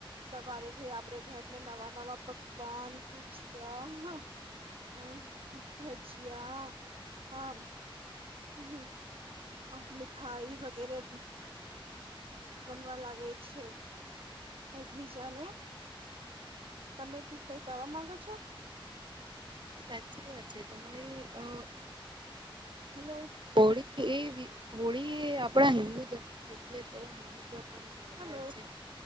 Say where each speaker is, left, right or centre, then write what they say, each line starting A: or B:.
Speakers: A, on the right; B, on the right.
A: સવારે થઈ આપડે ઘરમાં નવા નવા પકવાન ગુજિયા. હા, ભજિયા. હા.. હમ, હમ મીઠાઈ વગેરે.. બનવા લાગે છે. એકબીજા ને. તમે કઈ કાવા માંગો છો?
B: સાચી વાત છે તમારી અ.
A: હલો!
B: હોળી એ હોળી એ આપણા
A: હલો
B: હિન્દુ ધર્મ એટલે બહુ મહત્વપૂર્ણ. તહેવાર
A: હલો
B: છે